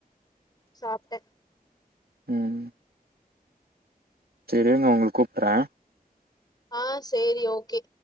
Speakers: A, on the left; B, on the right.
A: சாப்டே
B: ம் செரி இருங்க உங்களுக்கு கூப்றே
A: ஆ சேரி ஓகே